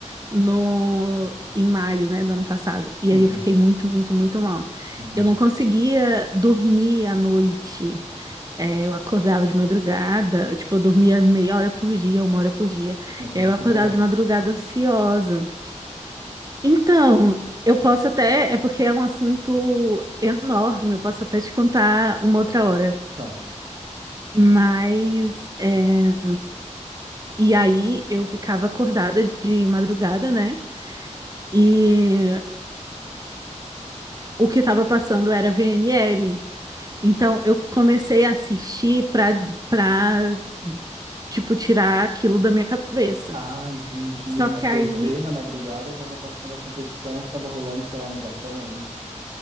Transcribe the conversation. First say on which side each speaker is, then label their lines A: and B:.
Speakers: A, on the right; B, on the right.
A: no, em maio, né, do ano passado. E
B: Uhum,
A: aí eu fiquei muito, muito, muito mal.
B: uhum.
A: Eu não conseguia dormir à noite. É, eu acordava de madrugada, tipo, eu dormia meia hora por dia, uma hora por dia.
B: Mas o
A: E aí
B: que
A: eu
B: que
A: acordava
B: rolou?
A: de madrugada ansiosa. Então, eu posso até, é porque é um assunto enorme, eu posso até te contar uma outra hora.
B: Tá.
A: Mas, é, e aí eu ficava acordada de madrugada, né? E o que estava passando era VNL. Então, eu comecei a assistir para, para, tipo, tirar aquilo da minha cabeça.
B: Ah, entendi.
A: Só
B: Na
A: que
B: TV,
A: aí,
B: na madrugada, tava passando a competição que tava rolando, sei lá, no Japão, é isso?